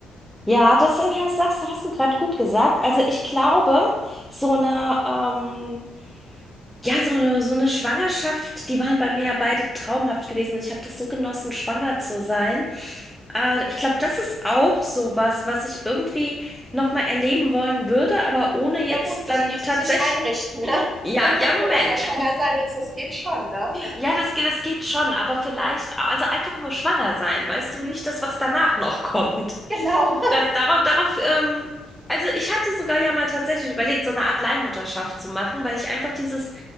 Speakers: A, in the centre; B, on the right.
A: ja, das ist- hast, sagst, hast du gerade gut gesagt. Also ich glaube, so eine, ähm, ja, so eine, so eine Schwangerschaft, die waren bei mir ja beide traumhaft gewesen und ich habe das so genossen,
B: Mhm.
A: schwanger zu sein. Äh, ich glaube, das ist auch so was, was ich irgendwie nochmal erleben wollen würde, aber ohne jetzt
B: Ja gut, das
A: dann
B: ließe
A: tatsächlich.
B: sich einrichten,
A: <laughs>
B: ne? <laughs>
A: Ja,
B: Wenn
A: ja, Moment.
B: du nochmal schwanger sein willst, das geht schon, ne?
A: Ja, das geht, das geht schon, aber vielleicht, also einfach nur schwanger sein, weißt
B: Mhm.
A: du, nicht das, was danach noch <laughs> kommt.
B: Genau.
A: Das, darauf, darauf, ähm, also ich hatte sogar ja mal tatsächlich überlegt, so eine Art Leihmutterschaft zu machen, weil ich einfach dieses